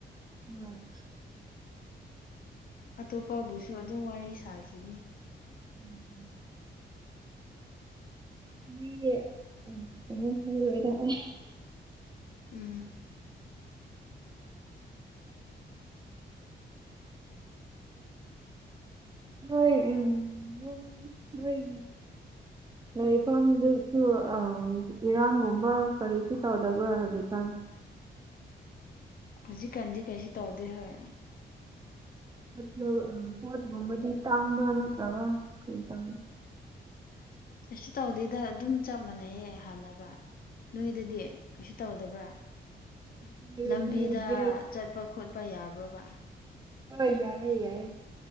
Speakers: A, on the right (about 25°); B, on the left (about 55°).
A: ꯎꯝ
B: ꯑꯇꯣꯞꯄꯕꯨꯁꯨ ꯑꯗꯨꯝ ꯋꯥꯔꯤ ꯁꯥꯈꯤꯅꯤ
A: ꯎꯝ ꯑꯣꯏꯣꯏꯗ
B: ꯎꯝ ꯎ
A: ꯅꯣꯏ ꯎꯝ ꯅꯣꯏ ꯂꯩꯐꯝꯗꯁꯨ ꯏꯔꯥꯡꯒꯨꯝꯕ ꯀꯔꯤꯁꯨ ꯇꯧꯗꯕ꯭ꯔꯥ ꯍꯧꯖꯤꯛꯀꯥꯟ
B: ꯍꯧꯖꯤꯛꯀꯥꯟꯗꯤ ꯀꯩꯁꯨ ꯇꯧꯗꯦ ꯍꯣꯏ
A: ꯠ ꯑ ꯄꯣꯠꯒꯕꯗꯤ ꯇꯥꯡ ꯃ ꯅꯠꯇ꯭ꯔ ꯀ ꯇ
B: ꯑ ꯇꯧꯗꯦꯗ ꯑꯗꯨꯝ ꯆꯞ ꯃꯥꯟꯅꯩꯌꯦ ꯍꯥꯟꯅꯒ ꯅꯣꯏꯗꯗꯤ ꯀꯩꯁꯨ ꯇꯧꯗꯕ꯭ꯔꯥ
A: ꯍꯥꯏꯗꯤ
B: ꯂꯝꯕꯤꯗ
A: ꯒ꯭ꯌꯥꯁ
B: ꯆꯠꯄ ꯈꯣꯠꯄ ꯌꯥꯕ꯭ꯔꯣꯕ
A: ꯍꯣꯏ ꯌꯥꯏ ꯌꯥꯏ